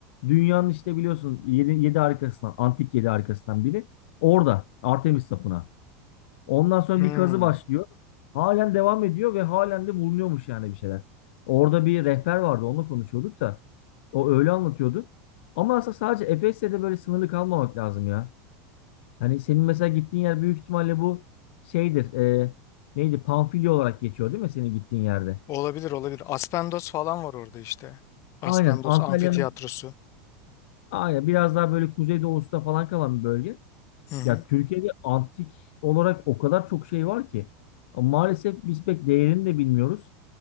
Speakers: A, on the left; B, on the left.
A: dünyanın işte biliyorsun 7 7 arkasından, antik 7 arkasından biri orada Artemis Tapınağı. Ondan sonra
B: Hmm.
A: bir kazı başlıyor. Halen devam ediyor ve halen de bulunuyormuş yani bir şeyler. Orada bir rehber vardı, onunla konuşuyorduk da. O öyle anlatıyordu. Ama aslında sadece Efes'te de böyle sınırlı kalmamak lazım ya. Hani senin mesela gittiğin yer büyük ihtimalle bu şeydir. e, neydi? Pamfilya olarak geçiyor değil mi senin gittiğin yerde?
B: Olabilir olabilir. Aspendos falan var orada işte. Aspendos
A: Aynen. Antalya'nın
B: amfitiyatrosu.
A: aynen biraz daha böyle kuzeydoğusunda falan kalan bir bölge.
B: Hı hı.
A: Ya Türkiye'de antik olarak o kadar çok şey var ki. Ama maalesef biz pek değerini de bilmiyoruz.